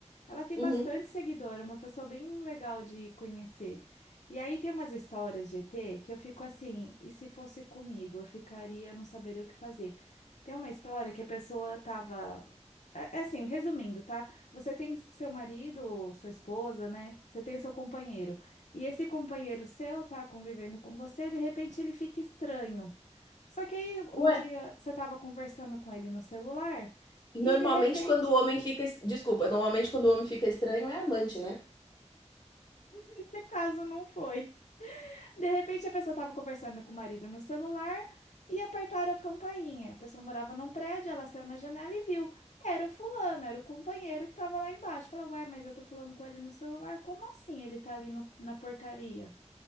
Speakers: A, on the left; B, on the left.
A: Ela tem
B: uhum.
A: bastante seguidor, é uma pessoa bem legal de conhecer. E aí tem umas histórias de ET que eu fico assim, e se fosse comigo, eu ficaria, eu não saberia o que fazer. Tem uma história que a pessoa tava. É é assim, resumindo, tá? Você tem seu marido, sua esposa, né? Você tem seu companheiro. E esse companheiro seu tá convivendo com você, de repente ele fica estranho. Só que aí um
B: Ué,
A: dia você tava conversando com ele no celular
B: normalmente
A: e de repente
B: quando o homem fica. es- Desculpa, normalmente quando o homem fica estranho é amante, né?
A: esse caso não foi. De repente a pessoa estava conversando com o marido no celular e apertaram a campainha. A pessoa morava num prédio, ela saiu na janela e viu. Era o fulano, era o companheiro que estava lá embaixo. Falou, ué, mas eu tô falando com ele no celular, como assim ele tá ali no- na portaria?